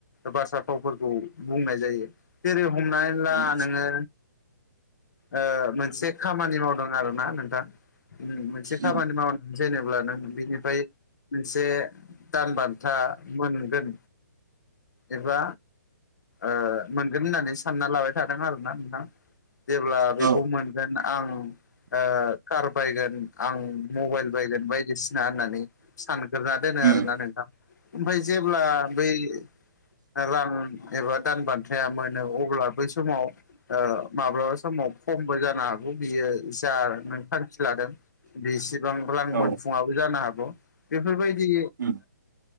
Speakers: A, on the left (about 65°); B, on the right (about 70°).
A: बाथ्रा फावफोरखौ बुंनाय जायो जेरै हमनानै ब्ला
B: उम
A: नोङो ओ मोनसे खामानि मावदों आरोना नोंथां। मोनसे खामानि
B: उम
A: मावनानै जेनेब्ला नों बिनिफाय मोनसे दान बान्था मोनगोन। एबा ओ मोनगोन होननानै सानना लाबाय थादों आरोना नोंथां। जेब्ला बेखौ
B: औ
A: मोनगोन आं ओ कार बायगोन आं मबाइल बायगोन बायदिसिना होननानै सानग्रोना दोनो
B: उम
A: आरोना नोंथां ओमफाय जेब्ला बै रां एबा दान बान्थाया मोनो अब्ला बै समाव माब्लाबा समाव खमबो जानो हागौ बियो जा नों थांखि लादों बेसेबां आं
B: औ
A: मोनफुंआव जानो हागौ बेफोरबायदि
B: उम